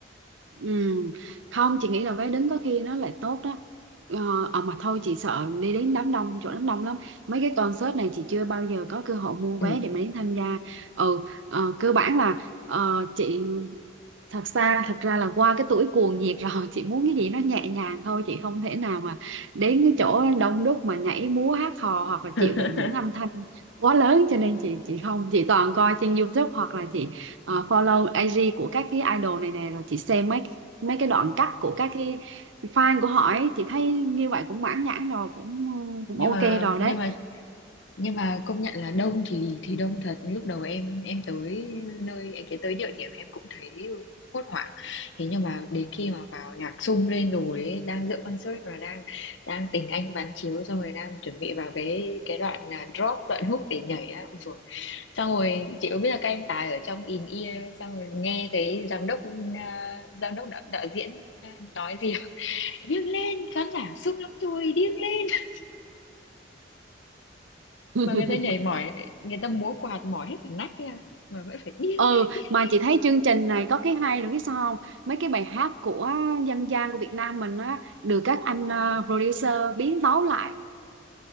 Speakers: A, on the right (about 75°); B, on the left (about 75°).
A: Ừ. Không, chị nghĩ là vé đứng có khi nó lại tốt đó. Ờ, à mà thôi chị sợ đi đến đám đông chỗ đám đông lắm mấy cái concert này chị chưa bao giờ có cơ hội mua
B: ừ.
A: vé để mà đến tham gia ừ ờ, cơ bản là ờ, chị thật ra thật ra là qua cái tuổi cuồng nhiệt rồi chị muốn cái gì nó nhẹ nhàng thôi chị không thể nào mà đến cái chỗ đông đúc mà nhảy múa hát hò hoặc là
B: <laughs>
A: chịu đựng những âm thanh quá lớn cho nên chị chị không chị toàn coi trên YouTube hoặc là chị ờ, follow IG của các cái idol này nè rồi chị xem mấy mấy cái đoạn cắt của các cái fan của họ ấy chị thấy như vậy cũng mãn nhãn rồi cũng cũng
B: nhưng
A: ok
B: mà
A: rồi đấy
B: nhưng mà nhưng mà công nhận là đông thì thì đông thật lúc đầu em em tới nơi cái tới địa điểm em cũng thấy hốt hoảng thế nhưng mà đến khi mà vào nhạc sung lên rồi ấy, đang dự concert và đang đang tình anh bán chiếu xong rồi đang chuẩn bị vào cái cái đoạn là drop đoạn hook để nhảy á ôi dồi. xong rồi chị có biết là các anh tài ở trong in ear xong rồi nghe cái giám đốc à, giám đốc đạo, đạo diễn à, nói gì <laughs> điên lên khán giả sung lắm rồi điên lên
A: <laughs>
B: mà người ta nhảy mỏi người ta múa quạt mỏi hết cả nách ra mà vẫn phải điên
A: ừ
B: lên điên
A: mà
B: lên
A: chị thấy chương trình này có cái hay là biết sao không mấy cái bài hát của dân gian của Việt Nam mình á được các anh ờ, producer biến tấu lại